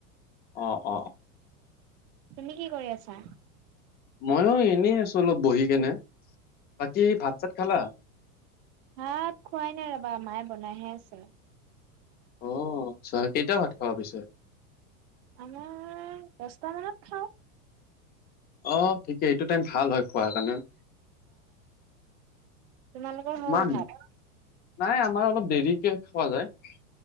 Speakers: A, on the left; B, on the right.
A: অ অ অ
B: তুমি কি কৰি আছা
A: ময়ো এনেই আছো অলপ বহি কেনে বাকী ভাত চাত খালা
B: হাত খোৱাই নাই ৰবা মায়ে বনাইহে আছে
A: আহ চাহ কেইটাও ভাত খাব পিছে
B: আমাৰ দছটা মানত খাওঁ
A: আহ ঠিকেই এইটো টাইম ভাল হয় খোৱাৰ কাৰণে
B: তোমাল ক হল
A: ইমান
B: হাত
A: নাই আমাৰ অলপ দেৰিকে খোৱা যায়